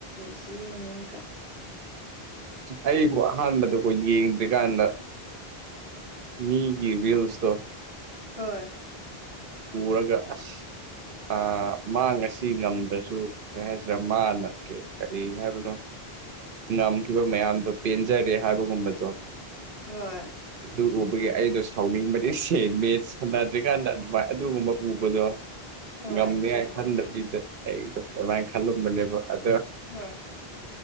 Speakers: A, on the left; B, on the right.
A: ꯁꯤ ꯌꯦꯡꯉꯦ ꯀ <unintelligible>
B: ꯑꯩꯕꯨ ꯑꯍꯥꯟꯕꯗꯀꯣ ꯌꯦꯡꯗ꯭ꯔꯤꯀꯥꯟꯗ ꯃꯤꯒꯤ ꯔꯤꯁꯇꯣ
A: ꯍꯣꯏ
B: ꯄꯨꯔꯒ ꯑꯁ ꯃꯥ ꯉꯁꯤ ꯉꯝꯗ꯭ꯔꯁꯨ ꯀꯩꯍꯥꯏꯁꯤꯔꯥ ꯃꯥꯅ <unintelligible> ꯀꯔꯤ ꯍꯥꯏꯕꯅꯣ ꯉꯝꯈꯤꯕ ꯃꯌꯥꯝꯗꯣ ꯄꯦꯟꯖꯔꯦ ꯍꯥꯏꯕꯒꯨꯝꯕꯗꯣ
A: ꯍꯣꯏ
B: ꯑꯗꯨ ꯎꯕꯒꯤ ꯑꯩꯗꯣ ꯁꯥꯎꯅꯤꯡꯕꯗꯤ ꯁꯦ ꯃꯦꯠ ꯁꯥꯟꯅꯗ꯭ꯔꯤꯀꯥꯟꯗ ꯑꯗꯨꯃꯥꯏ ꯑꯗꯨꯒꯨꯝꯕ ꯎꯕꯗꯣ
A: ꯍꯣꯏ
B: ꯉꯝꯅꯤꯉꯥꯏ
A: ꯆꯨꯝꯃꯦ
B: ꯈꯟꯗꯕꯤꯗ ꯑꯩꯗ ꯑꯗꯨꯃꯥꯏ ꯈꯜꯂꯝꯕꯅꯦꯕ ꯑꯗ
A: ꯍꯣꯏ